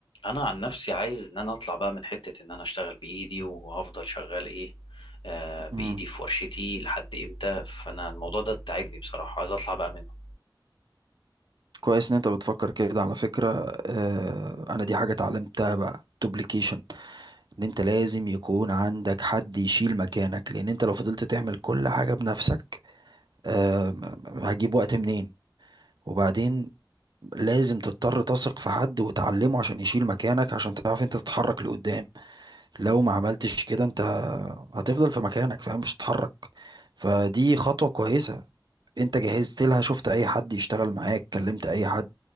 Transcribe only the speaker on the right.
مم.
كويس ان انت بتفكر كده على فكرة آه انا دي حاجة اتعلمتها بقى دوبليكيشن ان انت لازم يكون عندك حد يشيل مكانك لان انت لو فضلت تعمل كل حاجة بنفسك آه هتجيب وقت منين وبعدين لازم تضطر تثق في حد وتعلمه عشان يشيل مكانك عشان تعرف انت تتحرك لقدام لو ما عملتش كده انت هتفضل في مكانك فاهم مش هتتحرك فدي خطوة كويسة انت جهزت لها شفت اي حد يشتغل معاك كلمت اي حد